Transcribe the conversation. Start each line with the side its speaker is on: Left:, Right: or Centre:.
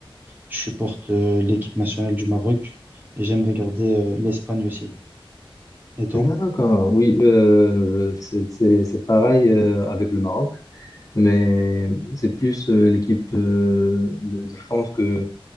Right: Je supporte euh, l'équipe nationale du Maroc et j'aime regarder euh, l'Espagne aussi. Et toi?
Left: D'accord, oui, euh, c'est c'est- c'est pareil euh, avec le Maroc mais c'est plus euh, l'équipe euh, de, de France que